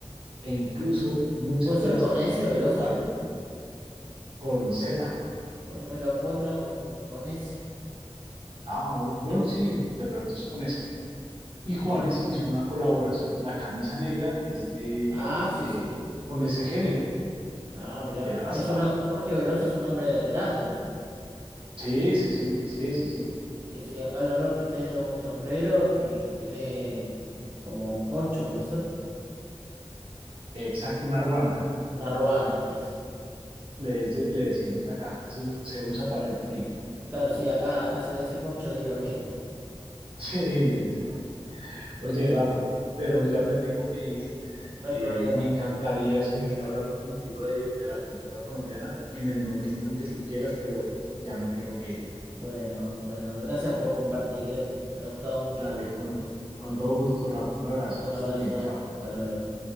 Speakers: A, on the right (about 60°); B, on the right (about 20°).
A: e incluso muchas
B: ¿Puede ser
A: de las
B: con
A: canciones
B: ese, Velosa?
A: de Juanes con Z.
B: Porque me lo encuentra con, con ese.
A: Ah, bueno, sí, de pronto es con ese Y
B: Bien.
A: Juanes hizo una colaboración, la camisa negra es de,
B: Ah, sí,
A: de
B: sí.
A: con ese género,
B: Ah,
A: de
B: mirá.
A: raspa.
B: Es uno, Jorge Velosa es un hombre grande, ¿no?
A: Sí, sí, sí, sí, sí, sí.
B: Sí, sí, acá lo veo que tiene un sombrero y tiene como un poncho, puede ser.
A: Exacto, una ruana,
B: Una ruana, es eso.
A: le, des- le decimos acá, se, us- se usa para el frío. <laughs>
B: Claro, sí, acá, acá se le dice poncho y es lo mismo.
A: Sí, sí, sí.
B: <laughs>
A: Oye,
B: Bien,
A: Rafa, pero ya me tengo que ir.
B: no hay
A: Eh,
B: problema.
A: me encantaría seguir hablando contigo de, de la cultura colombiana en el momento en que tú quieras, pero ya me tengo que ir.
B: Bueno, bueno, gracias por compartir, ¿eh? Me ha gustado mucho.
A: Dale, con, con todo gusto, Rafa, un abrazo,
B: Te mando
A: que
B: un abrazo.
A: estés bien, chao.
B: Hasta luego.